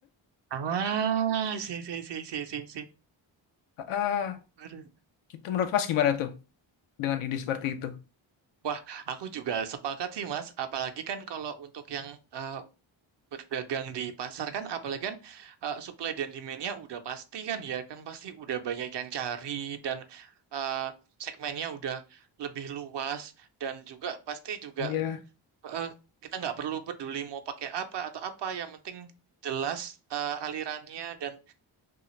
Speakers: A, on the right (about 60°); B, on the left (about 85°).
A: Ah, si, si, si, si, si, si.
B: Ah,
A: Aduh.
B: gitu menurut Mas gimana tuh? dengan ide seperti itu.
A: Wah, aku juga sepakat sih, Mas. Apalagi kan kalau untuk yang eh, berdagang di pasar kan, apalagi kan eh, supply dan demand-nya udah pasti kan ya, kan pasti udah banyak yang cari dan eh, segmennya udah lebih luas dan juga pasti juga
B: Iya,
A: eh, kita nggak perlu peduli mau pakai apa atau apa yang penting jelas eh, alirannya dan